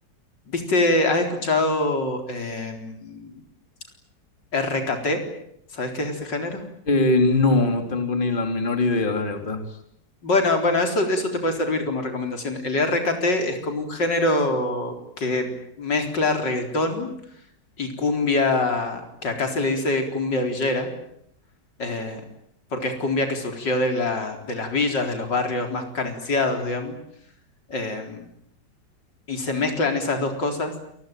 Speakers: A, on the left (about 80°); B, on the left (about 25°).
A: ¿viste? ¿Has escuchado em, RKT? ¿Sabes qué es ese género?
B: Eh, no, no tengo ni la menor idea, la verdad.
A: Bueno, bueno, eso, eso te puede servir como recomendación. El RKT es como un género que mezcla reggaetón y cumbia, que acá se le dice cumbia villera, eh, porque es cumbia que surgió de la, de las villas, de los barrios más carenciados, digamos, eh, y se mezclan esas dos cosas.